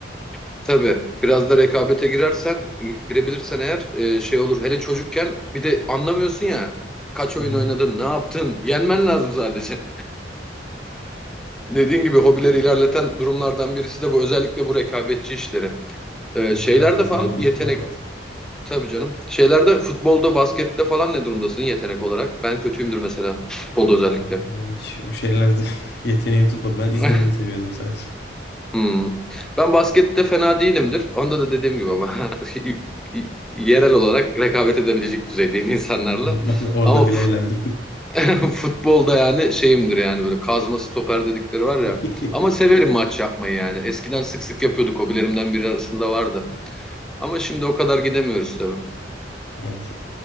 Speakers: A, in the centre; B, on the left.
A: <laughs> Tabii biraz da rekabete girersen, girebilirsen eğer e, şey olur. Hele çocukken bir de anlamıyorsun ya. Kaç
B: Hı
A: oyun
B: hı.
A: oynadın, ne yaptın? Yenmen lazım sadece. <laughs> Dediğin gibi hobileri ilerleten durumlardan birisi de bu. Özellikle bu rekabetçi işleri. E,
B: Tabii
A: şeylerde
B: Biraz da sağlıklı
A: falan yetenek.
B: tutmak lazım.
A: Tabii canım. Şeylerde futbolda, baskette falan ne durumdasın yetenek olarak? Ben kötüyümdür mesela. Futbolda
B: Yok
A: özellikle.
B: ya benim hiç o şeylerde <laughs> yeteneğim tutmadı. Ben izlemeyi
A: <laughs>
B: seviyordum sadece.
A: Hmm. Ben baskette fena değilimdir. Onda da dediğim gibi ama <laughs> yerel olarak rekabet edebilecek düzeydeyim insanlarla.
B: Ben de orada
A: Ama fut-
B: bile eğlendim.
A: <laughs> futbolda yani şeyimdir yani böyle kazma stoper dedikleri var
B: <laughs>
A: ya. Ama severim maç yapmayı yani. Eskiden sık sık yapıyorduk. Hobilerimden biri arasında vardı. Ama şimdi o kadar gidemiyoruz tabii.
B: Maalesef.